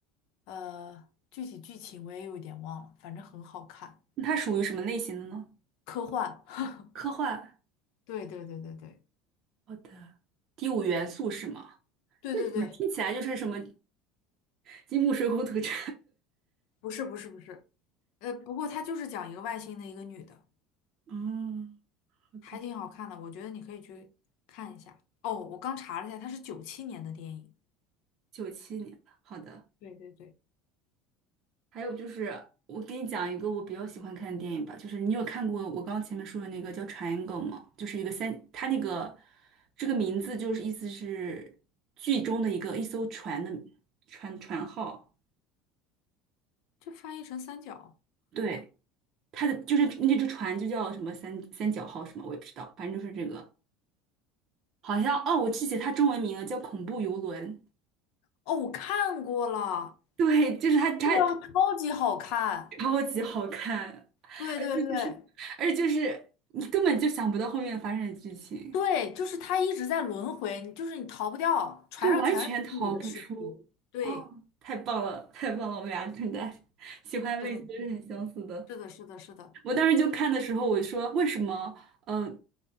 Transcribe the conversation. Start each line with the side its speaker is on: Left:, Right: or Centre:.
Left: 呃，具体剧情我也有点忘了，反正很好看，
Right: 那它属于什么类型的呢？
Left: 科幻。<laughs>
Right: 科幻。
Left: 对对对对对，
Right: 好的，第五元素是吗？
Left: 对对对，
Right: 那怎么听起来就是什么金木水火土这
Left: 不是不是不是，呃，不过它就是讲一个外星的一个女的。
Right: <laughs> 哦，好的，
Left: 还挺好看的，我觉得你可以去看一下。哦，我刚查了一下，它是九七年的电影，
Right: 九七年的。好的。
Left: 对对对，
Right: 还有就是，我给你讲一个我比较喜欢看的电影吧，就是你有看过我刚刚前面说的那个叫《Triangle》吗？就是一个三，它那个这个名字就是意思是剧中的一个一艘船的船船号，
Left: 就翻译成三角。
Right: 对，它的就是那只船就叫什么三三角号什么，我也不知道，反正就是这个，好像哦，我记起它中文名了，叫《恐怖游轮》，
Left: 哦，我看过了，
Right: 对，就是它它
Left: 这个超级好看，
Right: 超级好看，
Left: 对对对
Right: 而且就是而且就是你根本就想不到后面发生的剧情。
Left: 对，就是他一直在轮回，你就是你逃不掉，船上全是那个女的尸体。
Right: 对，完全逃不出。
Left: 对，
Right: 哦，太棒了，太棒了，我们俩真的喜欢的类型都是很相似的。
Left: 是的，是的，是的，是的，是的
Right: 我当时就看的时候，我说为什么？呃，